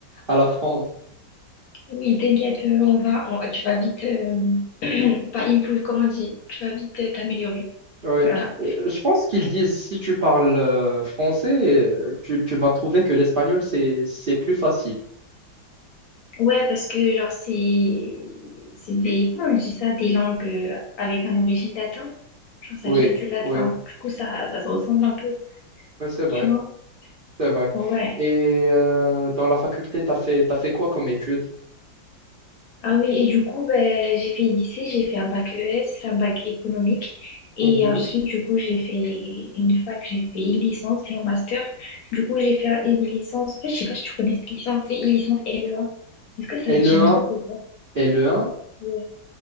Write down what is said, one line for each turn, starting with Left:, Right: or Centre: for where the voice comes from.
Right: à l'apprendre.
Left: Oui, t'inquiète, euh, on va, on- tu vas vite, euh, <clears throat> pas improve, comment on dit, tu vas vite euh, t'améliorer.
Right: Ouais.
Left: Voilà.
Right: Euh, Je pense qu'ils disent si tu parles euh, français, euh, tu, tu vas trouver que l'espagnol, c'est, c'est plus facile.
Left: Ouais, parce que genre c'est, c'est des, comment on dit ça, des langues euh, avec un origine latin. Genre ça
Right: Oui,
Left: vient du latin,
Right: oui,
Left: du coup ça, ça se ressemble un peu,
Right: Ouais, c'est vrai,
Left: tu vois.
Right: c'est vrai.
Left: Ouais.
Right: Et euh, dans la faculté, t'as fait, t'as fait quoi comme études
Left: Ah oui, et du coup, ben, j'ai fait lycée, j'ai fait un bac ES, un bac économique. Et
Right: Mhm.
Left: ensuite, du coup, j'ai fait une fac, j'ai fait une licence et un master. Du coup, j'ai fait une licence. En fait, je sais pas si tu connais cette licence, c'est une licence LEA. Est-ce que ça
Right: Et
Left: te dit
Right: le
Left: un
Right: 1?
Left: truc ou pas?
Right: Et le 1?
Left: Ouais.